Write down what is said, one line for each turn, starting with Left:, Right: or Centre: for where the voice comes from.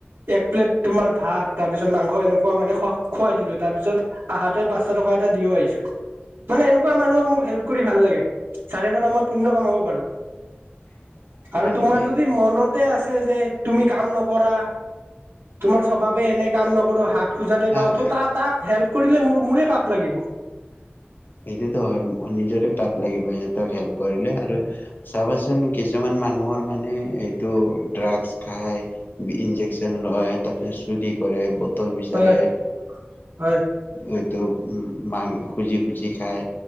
Right: এক প্লেট তোমাৰ ভাত তাৰপিছত মাংস এনেকুৱা মানে খো-খুৱাই দিলোঁ, তাৰপিছত আহাতে পাঁচশ টকা কিবা এটা দিও আহিছো। মানে এনেকুৱা মানুহক মোক হেল্প কৰি ভাল লাগে, যাৰে পৰা মই পুণ্য কামাব পাৰো।
Left: <inaudible>
Right: আৰু তোমাৰ
Left: নেকি
Right: যদি মনতে আছে যে, তুমি কাম নকৰা। তোমাৰ স্বভাৱে এনে কাম নকৰো হাত খোজাতে পাও,
Left: এ
Right: তা-তা-তাক হেল্প কৰিলে মোৰ মোৰে পাপ লাগিব।
Left: সেইটোতো হয়, নিজৰে পাপ লাগিব, সিহঁতক হেল্প কৰিলে আৰু। চাবাচোন, কিছুমান মানুহৰ মানে এইটো ড্ৰাগছ খাই, ইনজেকচন। ইনজেকচন লয়, তাৰপিছত চুৰি কৰে। টল বিচাৰে,
Right: হয় হয়
Left: এইটো উ মাং খুজি খুজি খাই,